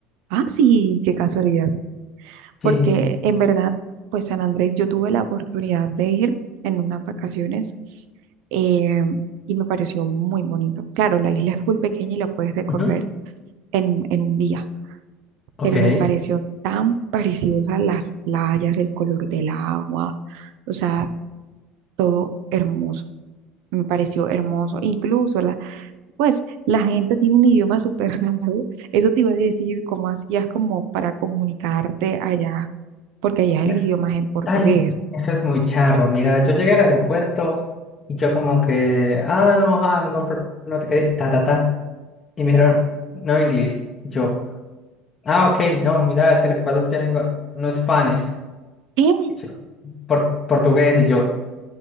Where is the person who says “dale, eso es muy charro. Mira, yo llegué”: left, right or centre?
Left